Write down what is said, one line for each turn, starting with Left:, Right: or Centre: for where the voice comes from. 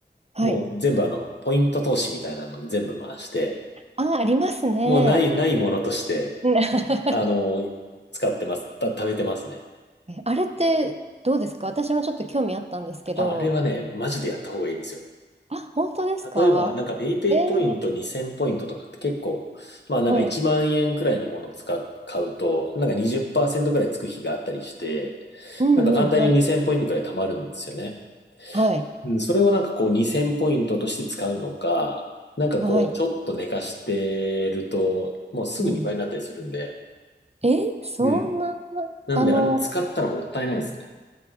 Right: はい。
Left: もう全部あの、ポイント投資みたいなのに全部回して、
Right: あ、ありますね。
Left: もうない、ないものとして、
Right: うん <laughs>
Left: あの、使ってます、た、貯めてますね。
Right: えあれってどうですか私もちょっと興味あったんですけど。
Left: あ、あれはね、マジでやった方がいいですよ。
Right: あ、本当ですか
Left: 例えば、なんかペイペイポイント2000ポイントとかって結構、
Right: えー
Left: まあなんか1万円くらいのもの使う、
Right: はい。
Left: 買うと、なんか20%くらいつく日があったりして、
Right: うんうん、
Left: なんか簡単に2000ポイントくらい貯まるんですよね。
Right: はい。はい。
Left: うん。それをなんかこう2000ポイントとして使うのか、なんかこうちょっと寝かしてると、
Right: はい。
Left: もうすぐ2倍になったりするんで、
Right: うん。え、そんな、
Left: うん。なんであれ使ったらもったいないですね。
Right: あの、